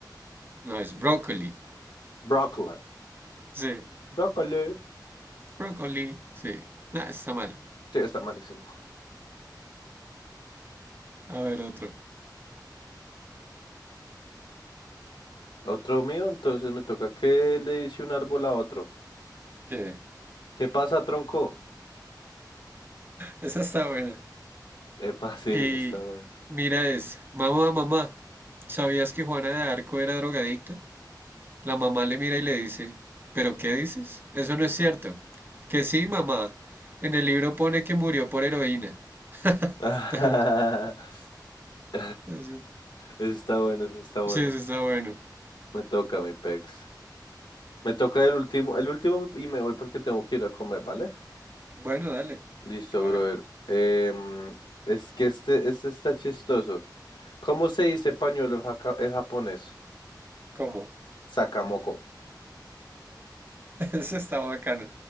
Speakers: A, on the right; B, on the left.
A: No, es Broccoli.
B: Brócoli.
A: Sí.
B: Brócoli.
A: Broccoli, sí. Nah, está mal.
B: Sí, está malísimo.
A: A ver, otro.
B: Otro mío, entonces me toca qué le dice un árbol a otro.
A: ¿Qué?
B: ¿Qué pasa, tronco?
A: Esa está buena.
B: Epa, <laughs> sí, eso
A: Y
B: está bueno.
A: mira es, mamá, mamá, ¿sabías que Juana de Arco era drogadicta? La mamá le mira y le dice, ¿pero qué dices? Eso no es cierto. Que sí, mamá. En el libro pone que murió por heroína.
B: <laughs>
A: <laughs> A ver, Ese-
B: Eso está bueno, eso está bueno.
A: Sí, eso está bueno.
B: Me toca, mi pex. Me toca el último, el último y me voy porque tengo que ir a comer, ¿vale?
A: Bueno, dale.
B: Listo,
A: A
B: brother.
A: ver.
B: Em, es que este, este está chistoso. ¿Cómo se dice pañuelo en, jaca- en japonés?
A: ¿Cómo?
B: Sakamoko.
A: <laughs> Eso está bacano.